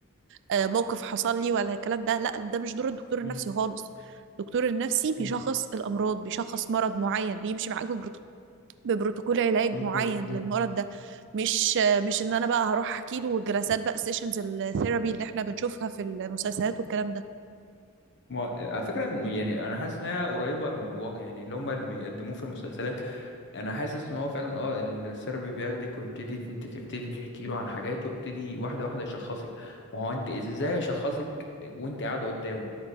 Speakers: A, on the right; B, on the left.
A: آه، موقف حصل لي ولا الكلام ده لا ده مش دور الدكتور
B: مم.
A: النفسي خالص الدكتور النفسي
B: مم.
A: بيشخص الأمراض بيشخص مرض معين بيمشي معاك ببروت- ببروتوكول علاج
B: بالكو-
A: معين للمرض
B: مم.
A: ده مش آه، مش ان انا بقى هروح احكي له الجلسات بقى سيشنز الثيرابي اللي احنا بنشوفها في المسلسلات والكلام ده
B: ما على فكرة إنه يعني أنا حاسس إن هي قريبة من الواقع يعني اللي هما اللي بيقدموه في المسلسلات أنا حاسس إن هو فعلا أه السيرابي بياخدك ويبتدي أنت تبتدي تحكي له عن حاجات ويبتدي واحدة واحدة يشخصك ما هو أنت إزاي أشخصك وأنت قاعدة قدامه